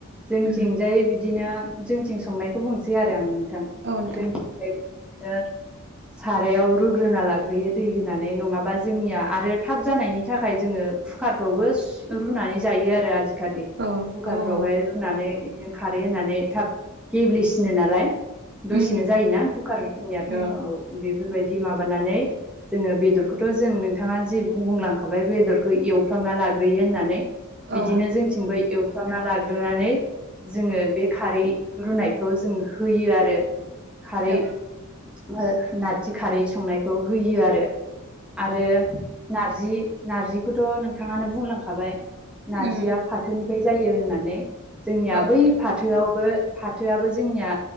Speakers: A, in the centre; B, on the right.
A: जोंथिंजाय
B: उम
A: बिदिनो जोंथिं संनायखौ बुंसै आरो आं नों थां
B: औ नोंथां
A: जोंनिथिंजायबो बिदिनो सारायाव रुग्रोना लाग्रोयो दै होनानै नङाबा जोंनिया आरो थाब जानायनि थाखाय जोङो कुकारफ्रावबो रुनानै जायो आरो आजिखालि
B: औ
A: कुकारफ्रावहाय
B: औ औ
A: रुनानै बिदिनो खारै होननानै थाब गेब्लेसिनो नालाय। दसेनो
B: उम
A: जायोना कुकारफोरनियाथ'
B: उम
A: औ बेफोरबायदि माबानानै जोङो बेदरखौथ' जों नोंथाङा जि बुंलांखाबाय बेदरखौ एवफ्रामना लाग्रोयो होननानै
B: औ
A: बिदिनो जोंथिंबो एवफ्रामना लाग्रोनानै जोङो बे खारै रुनायखौ खौ जों होयो आरो खारै
B: नोंथां
A: नो नारजि खारै संनायखौ होयो आरो आरो
B: औ
A: नारजि नारजिखौथ' नोंथाङानो बुंलांखाबाय
B: उम
A: नारजिया फाथोनिफ्राय जायो होननानै जोंनिया
B: औ नोंथां
A: बै फाथोआवबो थोआबो जोंनिया